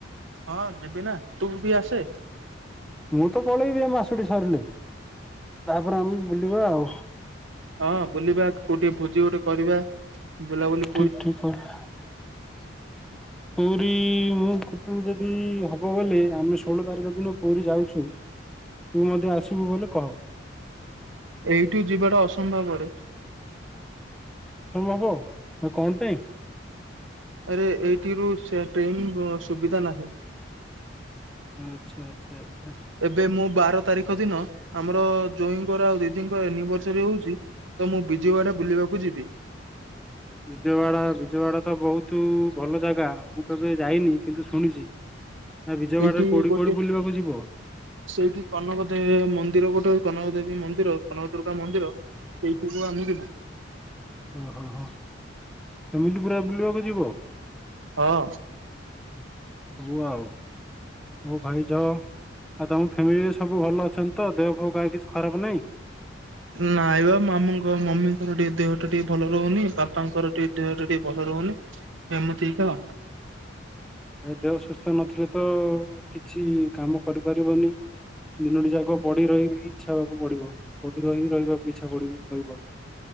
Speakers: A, on the right; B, in the centre.
A: ହଁ ଯିବି ନା ତୁ ବି ଆସେ।
B: ମୁଁ ତ ପଳେଇବି ଏ ମାସୁଟି ସରିଲେ ତାପରେ ଆମେ ବୁଲିବା ଆଉ।
A: ହଁ ବୁଲିବା କୋଉଠି ଭୋଜି ଗୋଟେ କରିବା ବୁଲାବୁଲି
B: ଠିକ୍ ଠିକ୍। <unintelligible> ପୁରୀ ମୁଁକ୍ ତୁ ଯଦି ହବ ବଲେ ଆମେ ଷୋହଳ ତାରିଖ ଦିନ ପୁରୀ ଯାଉଛୁ। ତୁ ମଧ୍ୟ ଆସିବୁ ବୋଲି କହ।
A: ଏଇଠୁ ଯିବାଟା ଅସମ୍ଭବରେ।
B: <unintelligible> କଣ ପାଇଁ?
A: ଆରେ ଏଇଠି ରୁ ସେ ଟ୍ରେନ ବ ସୁବିଧା ନାହିଁ।
B: ଆଚ୍ଛା ଆଚ୍ଛା ଆଚ୍ଛା।
A: ଏବେ ମୁଁ ବାର ତାରିଖ ଦିନ ଆମର ଜଇଁଙ୍କର ଆଉ ଦିଦିଙ୍କ ଆନିଭର୍ସରୀ ହଉଛି। ତ ମୁଁ ବିଯେଗଡ଼ା ବୁଲିବାକୁ ଯିବି।
B: ବିଜୱଡ଼ା ବିଜୱଡ଼ା ତ ବହୁତୁ ଭଲ ଜାଗା ମୁଁ କେବେ ଯାଇନି କିନ୍ତୁ ଶୁଣିଛି। ଆ ବିଜୟୱାଡାରେ
A: ସେଇଠି
B: କୋଉଠି
A: ଗୋଟେ
B: କୋଉଠି ବୁଲିବାକୁ ଯିବ
A: ସେଇଠି କନକ ଦେ ମନ୍ଦିର ଗୋଟେ କନକ ଦେବୀ ମନ୍ଦିର କନକ ଦୁର୍ଗା ମନ୍ଦିର ସେଇଠୁ ଆମେ ଯିବୁ।
B: ଓହୋ ହୋ ଫ୍ୟାମିଲି ପୁରା ବୁଲିବାକୁ ଯିବ?
A: ହଁ।
B: <unintelligible> ମୋ ଭାଇଟା ଆଉ ତମ ଫ୍ୟାମିଲିରେ ସବୁ ଭଲ ଅଛନ୍ତି ତ ଦେହ ଫ କାହାର କିଛି ଖରାପ ନାହିଁ।
A: ନାଇ ବା ମାମୁଙ୍କ ମମିଙ୍କର ଟିକେ ଦେହଟା ଟିକେ ଭଲ ରହୁନି ବାପାଙ୍କର ଟିକେ ଦେହ ଟା ଟିକେ ଭଲ ରହୁନି। ଏମିତିକ।
B: ଭାଇ ଦେହ ସୁସ୍ଥ ନଥିଲେ ତ କିଛି କାମ କରିପାରିବନି। ଦିନଟି ଯାକ ପଡି ରହିବି। ଇଚ୍ଛା ହବାକୁ ପଡିବ ପ ରହିକି ରହିବାକୁ ଇଚ୍ଛା ପରି ରହିବ